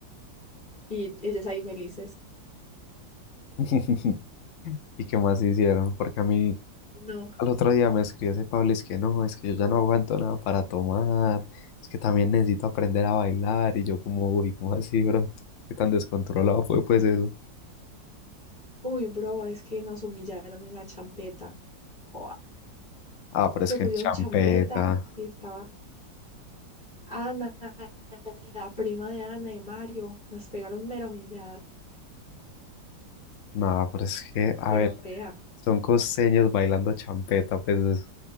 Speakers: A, on the left; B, on the left.
A: Y ellos ahí felices.
B: <laughs> ¿Y qué más hicieron? Porque a mí
A: No.
B: al otro día me escribió ese Pablo, es que no, es que yo ya no aguanto nada para tomar, es que también necesito aprender a bailar y yo como, uy, ¿cómo así, bro? ¿Qué tan descontrolado fue pues eso?
A: Uy, bro, es que nos humillaron en la champeta. Joa.
B: Ah, pero
A: Es
B: es
A: que
B: que
A: pusieron
B: en champeta,
A: champeta y estaba. Ana, la prima de Ana y Mario, nos pegaron mera humillada,
B: no, pero es que, a
A: pero
B: ver,
A: fea.
B: son costeños bailando champeta, pues